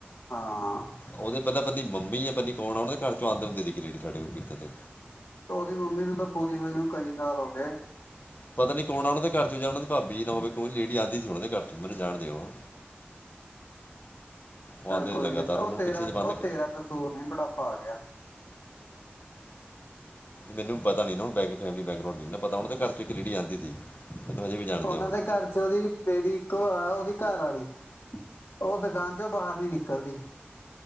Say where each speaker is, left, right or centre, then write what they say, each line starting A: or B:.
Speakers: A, on the left; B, on the left.
A: ਹਾਂ।
B: ਉਹਦੇ ਪਹਿਲਾਂ ਪਨੀ ਮੰਮੀ ਏਨੀ ਕੌ ਆਉਦੇ ਉਣਦੇ ਘਰ ਚੋਂ ਆਂ ਹੁੰਦੇ ਖੀ ਲੇਡੀ ਸਾਡੇ ਕਿਰਤਣ ਤੇ
A: ਉਹਦੀ ਮੰਮੀ ਨੂੰ ਤਾਂ ਪੂਰੀ ਹੋਈ ਨੂੰ ਕਈ ਸਾਲ ਹੋ ਗਏ
B: ਪਤਾ ਨੀ ਕੌਣਾ ਉਹਨਾਂ ਦੇ ਘਰ ਚ ਜਾਂ ਉਹਨਾਂ ਦੀ ਭਾਬੀ ਨਾ ਹੋਵੇ ਕੋਈ ਲੇਡੀ ਆਉਂਦੀ ਸੀ ਉਹਨਾਂ ਦੇ ਘਰ ਚੋਂ ਮੈਨੂੰ ਜਾਣ ਦਿਓ। ਉਹ
A: ਚੱਲ
B: ਆਉਂਦੇ
A: ਕੋਈ
B: ਲਗਾਤਾਰ
A: ਨੀ ਉਹ
B: ਹੁਣ
A: ਤੇਰਾ
B: ਪਿੱਛੇ ਜੇ ਬੰਦ
A: ਉਹ ਤੇਰਾ ਕਸੂਰ ਨੀ ਬੁਢਾਪਾ ਆ ਗਿਆ।
B: ਮੈਨੂੰ ਪਤਾ ਨੀ ਬੈ ਫੈਮਲੀ ਬੈਕਗਰਾਉਂਡ ਨੀ ਪਤਾ ਹੁਣ ਦੇ ਘਰ ਇੱਕ ਲੇੜੀ ਆਉਂਦੀ ਸੀ ਮਤਲਬ ਹਜੇ ਵੀ ਜਾਣਦੇ
A: ਉਹਨਾਂ
B: ਉਹਨੂੰ
A: ਦੇ ਘਰ ਉਹਦੀ ਲੇਡੀ ਇੱਕ ਆ ਉਹਦੀ ਘਰ ਵਾਲੀ ਉਹ ਦੁਕਾਨ ਚੋਂ ਬਾਹਰ ਨੀ ਨਿਕਲਦੀ।